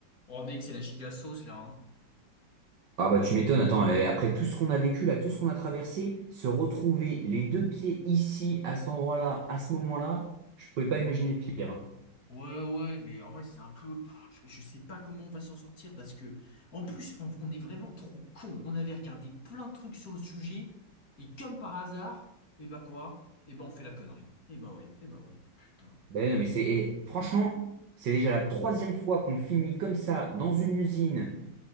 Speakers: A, on the left; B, on the right.
A: Oh mec, c'est la giga sauce là, hein.
B: Ah bah tu m'étonnes, attends, et après tout ce qu'on a vécu là, tout ce qu'on a traversé, se retrouver les deux pieds ici, à cet endroit-là, à ce moment-là, je pouvais pas imaginer pire. hein.
A: Ouais, ouais, mais en vrai, c'est un peu. pff, Je je sais pas comment on va s'en sortir parce que, en plus, on, on est vraiment trop con. On avait regardé plein de trucs sur le sujet et comme par hasard, et bah quoi? Et bah on fait la connerie. Et bah oui, et bah oui. Putain.
B: Ben non mais c'est, et franchement, c'est déjà la troisième fois qu'on finit comme ça dans une usine